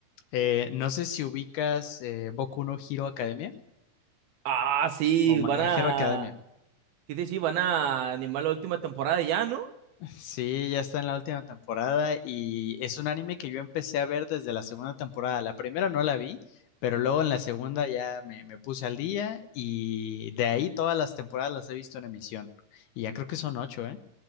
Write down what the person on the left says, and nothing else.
Eh, no sé si ubicas eh, Boku no Hero Academia
o My
My
Hero Academia.
<laughs> Sí, ya está en la última temporada y es un anime que yo empecé a ver desde la segunda temporada. La primera no la vi, pero luego en la segunda ya me, me puse al día y de ahí todas las temporadas las he visto en emisión. Y ya creo que son ocho, ¿eh?